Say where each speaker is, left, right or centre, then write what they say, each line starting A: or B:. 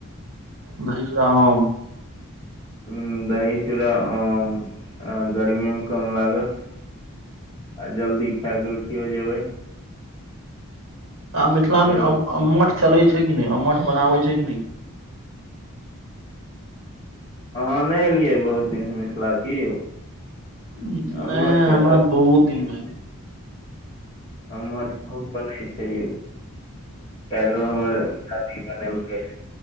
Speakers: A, on the right; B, on the left.
A: दही चुरा आम
B: हू दही चुरा आम आ गर्मियो कम लागत आ जल्दी खा के उठियो जेबै
A: आब मिथिलामे
B: आरो
A: अम अम्मठ चलैत छै कि नहि अमठ बनाबैत छै कि नहि
B: अहाँ नहि एलियै बहुत दिनसँ मिथिला की यौ
A: नहि
B: हमर त
A: हमरा
B: सब
A: तऽ बहुत दिन
B: ठीक
A: भए
B: अम्मठ खुब बनै छयौ काइलो हमर शादी बनेलकैन